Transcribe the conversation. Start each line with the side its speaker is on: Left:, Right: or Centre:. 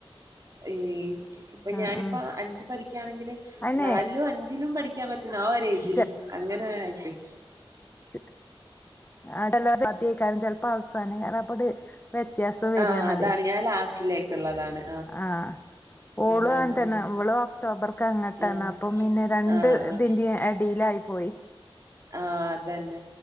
Right: ഏഹ് ഇപ്പോ
Left: ആഹ്
Right: ഞാനിപ്പോ
Left: ആഹ്
Right: അഞ്ച് പഠിക്കയാണെങ്കില്
Left: അയിനെ
Right: നാലിലും അഞ്ചിലും പഠി- പഠിക്കാൻ പറ്റുന്ന ആ ഒരു ഏജിൽ
Left: ചെ
Right: അങ്ങനെ ആയി പോയി.
Left: <unintelligible> അവസാനം ക അപ്പട് വ്യത്യാസം വരെയാണ്
Right: ആഹ് അതാണ്
Left: അതെയ്
Right: ഞാൻ ലാസ്റ്റിലേക്കുള്ളതാണ്
Left: ആഹ് ഓളും
Right: അതാണ്
Left: അങ്ങനെ തന്നെ
Right: ഉം
Left: ഇവളും ഒക്ടോബറിക്ക് അങ്ങട്ടാണ്
Right: ആഹ്
Left: അപ്പോ പിന്നെ രണ്ട്
Right: ആഹ്
Left: ഇതിന്റെ ഇടയ്ലായി. പോയി.
Right: ആഹ് അതന്നെ